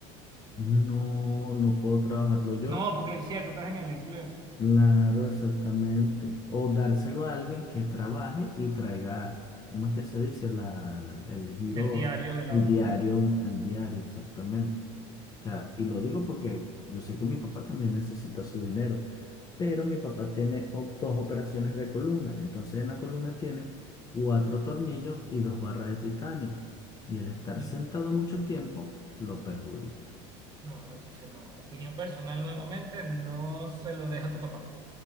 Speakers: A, on the left; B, on the right.
A: No, no puedo trabajarlo yo.
B: No, porque es cierto, estás en el empleo,
A: Claro, exactamente. O dárselo a alguien que trabaje y traiga, ¿cómo es que se dice? La, la- el giro,
B: el diario del
A: el
B: auto.
A: diario, el diario, exactamente. O sea, y lo digo porque yo sé que mi papá también necesita su dinero, pero mi papá tiene o- dos operaciones de columna. Entonces en la columna tiene cuatro tornillos y dos barras de titanio. Y el estar
B: Mm,
A: sentado mucho tiempo lo perjudica.
B: No, entonces no. Opinión personal nuevamente, no se lo deja a tu papá,